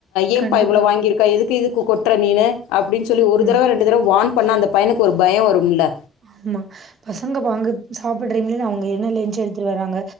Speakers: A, on the left (about 80°); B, on the right (about 55°).
A: ஏம்ப்பா
B: கண்டிப்பா
A: இவ்வளவு வாங்கியிருக்க எதுக்கு இது கொட்டுற நீனு அப்படின்னு சொல்லி ஒரு
B: ஆமா
A: தடவை ரெண்டு தடவை வான் பண்ண அந்த பையனுக்கு ஒரு பயம் வரும்லா
B: ஆமா பசங்க பாங்கு சாப்புடுறிங் அவங்க என்ன லேன்ஞ்சு எடுத்துட்டு வர்றாங்க